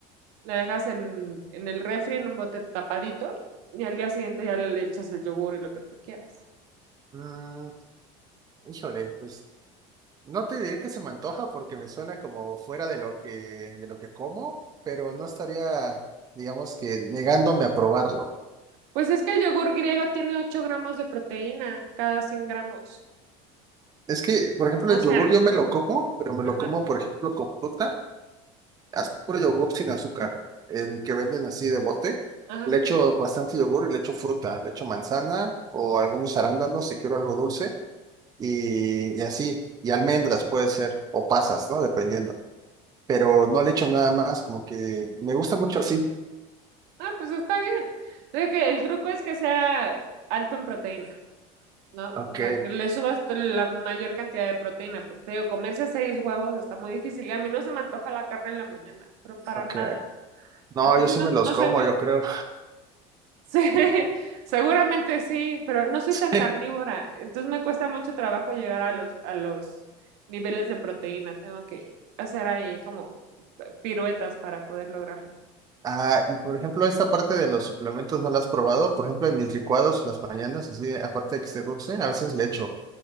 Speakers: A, on the right; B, on the right.
A: la dejas en, en el refri en un bote tapadito y al día siguiente ya le echas el yogur y lo que tú quieras.
B: Mm, híjole, pues no te diré que se me antoja porque me suena como fuera de lo que, de lo que como, pero no estaría, digamos que, negándome a probarlo.
A: Pues es que el yogur griego tiene 8 gramos de proteína cada 100 gramos.
B: Es que, por ejemplo,
A: O
B: el
A: sea,
B: yogur yo me lo como, pero me
A: ajá,
B: lo como, por ejemplo, con fruta. Haz puro yogur sin azúcar, el que venden así de bote.
A: ajá.
B: Le echo bastante yogur y le echo fruta, le echo manzana o algunos arándanos si quiero algo dulce y, y así. Y almendras puede ser, o pasas, ¿no? Dependiendo. Pero no le echo nada más, como que me gusta mucho así.
A: Ah, pues está bien. Creo que el truco es que sea alto en proteína. ¿no?
B: Ok,
A: O sea, que le subas t- la mayor cantidad de proteína, porque te digo, comerse seis huevos está muy difícil y a mí no se me antoja la carne en la mañana, pero para
B: ok.
A: nada.
B: No,
A: De por
B: yo
A: sí
B: sí
A: no,
B: me
A: no
B: los como,
A: soy muy...
B: yo
A: <laughs>
B: creo.
A: Sí, seguramente sí, pero no soy tan
B: <laughs>
A: carnívora, entonces me cuesta mucho trabajo llegar a los, a los niveles de proteína, tengo que hacer ahí como eh, piruetas para poder lograrlo.
B: Ah, y por ejemplo, esta parte de los suplementos no la has probado. Por ejemplo, en mis licuados las mañanas, así, aparte de que esté dulce, a veces le echo.